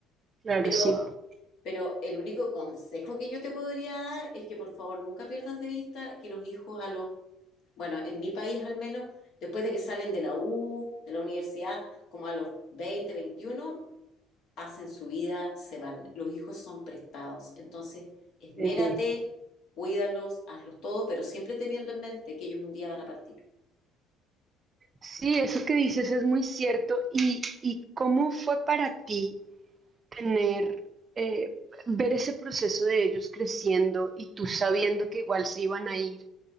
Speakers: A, on the right; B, on the left.
A: Claro,
B: Pero
A: sí. Ah.
B: pero el único consejo que yo te podría dar es que por favor nunca pierdas de vista que los hijos a los, bueno, en mi país al menos, después de que salen de la U, de la universidad, como a los 20, 21, hacen su vida, se van. Los hijos son prestados. Entonces, esmérate,
A: Eh,
B: cuídalos, hazlos todo, pero siempre teniendo en mente que ellos un día van a partir.
A: Sí, eso que dices es muy cierto. ¿Y, y cómo fue para ti? tener, eh, ver ese proceso de ellos creciendo y tú sabiendo que igual se iban a ir,